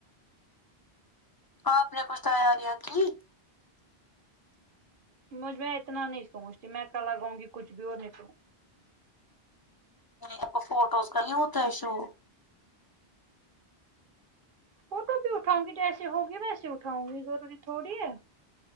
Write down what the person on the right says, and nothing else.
مجھ میں اتنا نہیں سوچتی میں کلاگاؤ گی کچھ بھی اور ہونے کو
فوٹو بھی اٹھاں گی جیسے ہوگی ویسے اٹھاں گی ضروری تھوڑی ہے